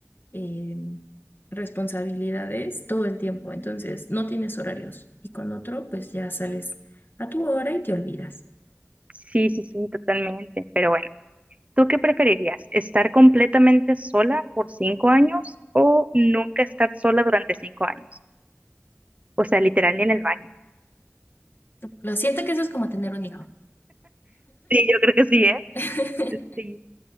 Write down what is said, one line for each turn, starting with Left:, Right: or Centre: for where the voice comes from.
Left: eh, responsabilidades todo el tiempo. Entonces, no tienes horarios. Y con otro, pues ya sales a tu hora y te olvidas.
Right: Sí, sí, sí, totalmente, pero bueno. ¿Tú qué preferirías? ¿Estar completamente sola por cinco años o nunca estar sola durante cinco años? O sea, literal ni en el baño.
Left: Lo siento que eso es como tener un hijo.
Right: Sí, yo creo que sí, ¿eh?
Left: <laughs>
Right: Sí.